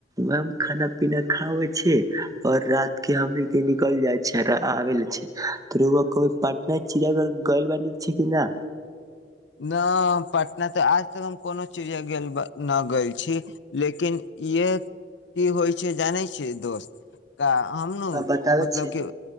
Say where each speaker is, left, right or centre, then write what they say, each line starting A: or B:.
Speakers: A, on the right; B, on the left.
A: माम खाना पीना खा आबै छियै और रात के हमनिके निकल जाइ छै रा आ आबे ले छै तू र‌उआ कबो पटना चिड़ाघर गइल बानि छै कि न
B: न हम पटना त आज तक हम कोनो चिड़िया गेल ब नहि गेल छी लेकिन इहे की होइ छै जानै छियै दोस्त का हमनु
A: आ बताबै
B: मतलब
A: छी
B: कि